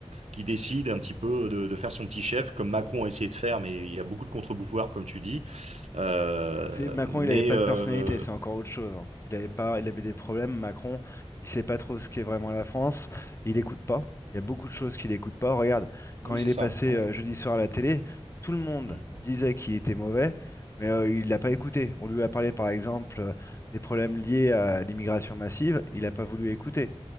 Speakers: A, on the right; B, on the left.
A: qui décide un petit peu de, de faire son petit chef, comme Macron a essayé de faire, mais il y a beaucoup de contre-pouvoirs, comme tu dis. Euh,
B: C'est Macron,
A: mais
B: il n'avait pas
A: euh,
B: de personnalité, c'est encore autre chose. hein. Il avait pas, il avait des problèmes. Macron, il sait pas trop ce qu'est vraiment la France. Il écoute pas. Il y a beaucoup de choses qu'il écoute pas. Regarde, quand
A: oui,
B: il
A: c'est
B: est
A: ça.
B: passé
A: Ouais.
B: euh, jeudi soir à la télé, tout le monde
A: Mhm.
B: disait qu'il était mauvais, mais euh, il l'a pas écouté. On lui a parlé par exemple euh, des problèmes liés à l'immigration massive. Il n'a pas voulu écouter.